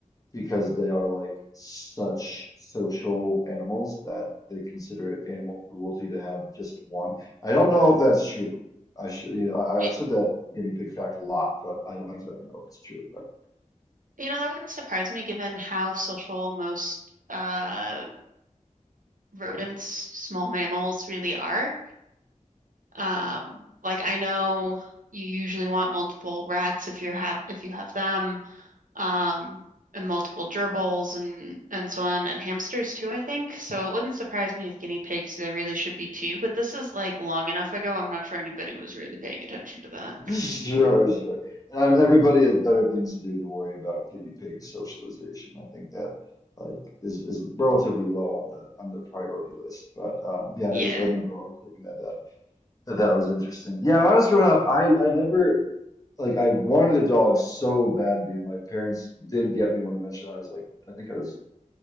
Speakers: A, on the left; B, on the right.
A: because they are like such social animals that they consider it animal cruelty to have just one. I don't know if that's true. I should, you know, I,
B: It-
A: I've said that guinea pig fact a lot, but I don't exactly know if it's true. But
B: you know, that wouldn't surprise me given how social most uh rodents, small mammals really are. Um, like I know you usually want multiple rats if you have if you have them, um, and multiple gerbils and and so on, and hamsters too, I think. So it wouldn't surprise me if guinea pigs there really should be two, but this is like long enough ago. I'm not sure anybody was really paying attention to that.
A: <laughs> sure, sure. And I'm, everybody has better things to do than worry about guinea pig socialization. I think that like is is relatively low on the on the priority list. But um, yeah,
B: Yeah.
A: I just I remember always thinking that uh, That was interesting. Yeah, when I was growing up, I I never like I wanted a dog so badly, and my parents did get me one eventually. I was like, I think I was